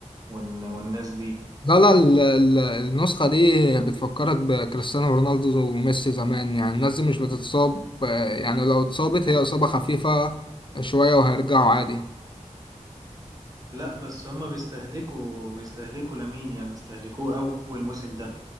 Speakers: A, on the right; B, on the left.
A: وال... والناس دي
B: لا لا ال- ال- النسخة دي بتفكرك بكريستيانو رونالدو وميسي زمان يعني الناس دي مش بتتصاب آه، يعني لو اتصابت هي إصابة خفيفة شوية وهيرجعوا عادي
A: لا بس هما بيستهلكوا بيستهلكوا لامين يعني استهلكوه قوي الموسم ده